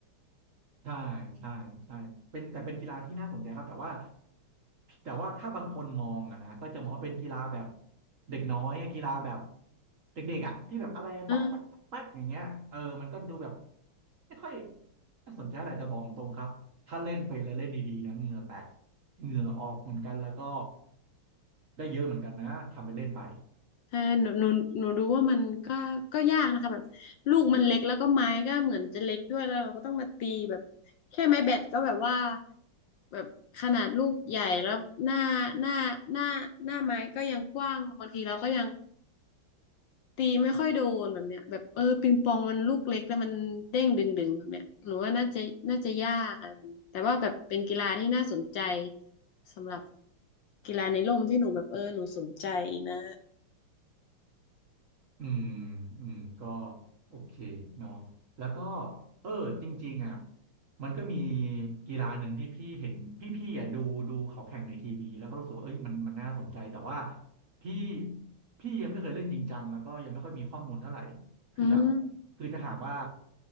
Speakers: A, on the right (about 40°); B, on the left (about 65°).
A: ใช่ใช่ใช่เป็นแต่เป็นกีฬาที่น่าสนใจครับแต่ว่าแต่ว่าถ้าบางคนมองอะนะก็จะมองว่าเป็นกีฬาแบบเด็กน้อยอะกีฬาแบบเด็กๆอะที่แบบอะไรป๊อกแป๊กป๊อกแป๊กอย่างเงี้ยเออมันก็ดูแบบ
B: อ่า
A: ไม่ค่อยน่าสนใจอะไรแต่บอกตรงครับถ้าเล่นไปแล้วเล่นดีๆนะเหงื่อแตกเหงื่อออกเหมือนกันแล้วก็ได้เยอะเหมือนกันนะทำไปเล่นไป
B: แต่หนูหนูหนูดูว่ามันก็ก็ยากนะคะแบบลูกมันเล็กแล้วก็ไม้ก็เหมือนจะเล็กด้วยแล้วเราก็ต้องมาตีแบบแค่ไม้แบตก็แบบว่าแบบขนาดลูกใหญ่แล้วหน้าหน้าหน้าหน้าไม้ก็ยังกว้างบางทีเราก็ยัง ตีไม่ค่อยโดนแบบเนี้ยแบบเออปิงปองมันลูกเล็กแล้วมันเด้งดึงดึงแบบเนี้ยหนูว่าน่าจะน่าจะยากอะไรแบบเนี้ยแต่ว่าแบบเป็นกีฬาที่น่าสนใจสำหรับกีฬาในร่มที่หนูแบบเออหนูสนใจนะ
A: อืมอืมก็โอเคเนาะแล้วก็เออจริงๆอ่ะมันก็มีกีฬาหนึ่งที่พี่เห็นพี่พี่อ่ะดูดูเขาแข่งในทีวีแล้วก็รู้สึกว่าเอ้ยมันมันน่าสนใจแต่ว่าพี่พี่ยังไม่เคยเล่นจริงจังแล้วก็ยังไม่ค่อยมีข้อมูลเท่าไหร่คือแบบ
B: อืม
A: คือจะถามว่า